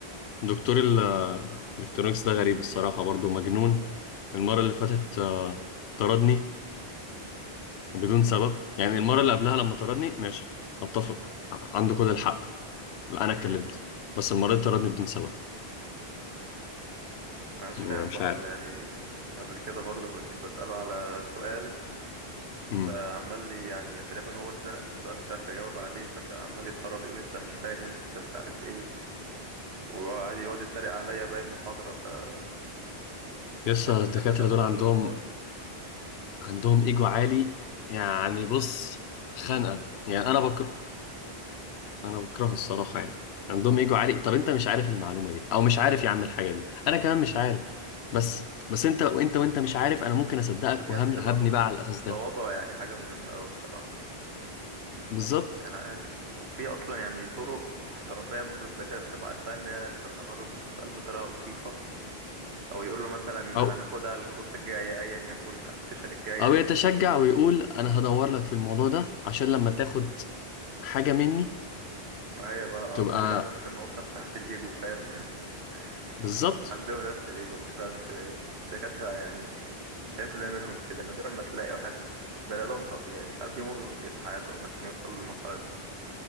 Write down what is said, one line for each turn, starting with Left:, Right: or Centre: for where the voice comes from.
Left: دكتور ال- الالكترونيكس ده غريب الصراحة برضو مجنون المرة اللي فاتت آه، طردني بدون سبب يعني المرة اللي قبلها لما طردني ماشي اتفق ع- عنده كل الحق لا انا
Right: قوي
Left: اتكلمت بس المرة دي طردني بدون سبب
Right: انا مش
Left: انا
Right: فاهم
Left: مش
Right: برضو
Left: عارف
Right: يعني قبل كده برضو كنت بسأله على سؤال
Left: امم
Right: بقى عمال لي يعني تقريبا هو اتزنق في السؤال مش عارف يجاوب عليه فكان عمال يتهرب يقول لي انت مش فاهم انت مش عارف ايه وقعد يقعد يتريق عليا باقي المحاضرة فمش
Left: لسه
Right: عارف ما
Left: الدكاترة
Right: بحبش احضر
Left: دول عندهم
Right: له بصراحة
Left: عندهم ايجو عالي يعني بص خانقة يعني انا بك... انا بكرهه الصراحه
Right: <laughs>
Left: يعني عندهم ايجو عالي طب انت مش عارف المعلومه دي او مش عارف يا عم الحاجه دي انا كمان مش عارف بس بس انت وانت وانت مش عارف انا ممكن اصدقك
Right: المفروض يعني
Left: وهبني
Right: تبقى م-
Left: بقى على الاساس ده
Right: تواضع يعني حاجة مهمة أوي بصراحة
Left: بالظبط
Right: يعني عادي يعني. وفي أصلا يعني طرق احترافية المفروض الدكاترة تبقى عارفاها إن هي تتهرب من السؤال بطريقة لطيفة او يقول له مثلا
Left: او
Right: هناخدها الكورس الجاي ايا يكن السيشن الجايه
Left: او يتشجع ويقول انا هدور لك في الموضوع ده عشان لما تاخد حاجه مني
Right: فمعايا بقى آه،
Left: تبقى
Right: بنرجع نفس النقطه بتاعت الايجو فاهم <laughs>
Left: بالظبط
Right: كلهم عندهم نفس الايجو ما تفهمش ده ايه الدكاتره يعني 90% منهم كده نادرا ما تلاقي واحد بني ادم طبيعي مش عارف بيمر بايه في حياتهم عشان يوصلوا للمرحله دي